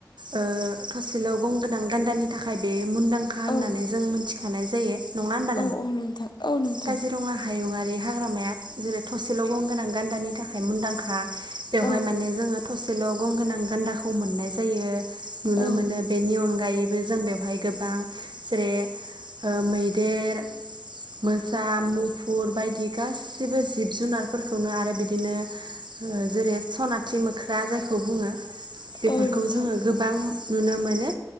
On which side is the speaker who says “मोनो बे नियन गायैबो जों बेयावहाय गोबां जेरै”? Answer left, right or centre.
Right